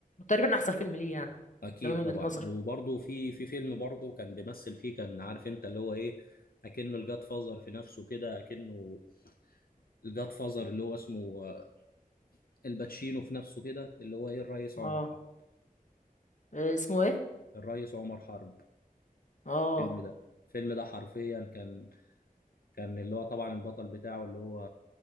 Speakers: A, on the left; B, on the left.
A: تقريبا احسن فيلم ليه يعني
B: واكيد
A: ده من وجهة
B: طبعا
A: نظري
B: وبرضه في في فيلم برضه كان بيمثل فيه كان عارف انت اللي هو ايه اكنه الجاد فازر في نفسه كده اكنه الجاد فازر اللي هو اسمه آه، الباتشينو في نفسه كده اللي هو ايه الريس
A: اه
B: عمر حرب
A: إيه اسمه ايه
B: الريس عمر حرب
A: اه
B: الفيلم ده الفيلم ده حرفيا كان كان اللي هو طبعا البطل بتاعه اللي هو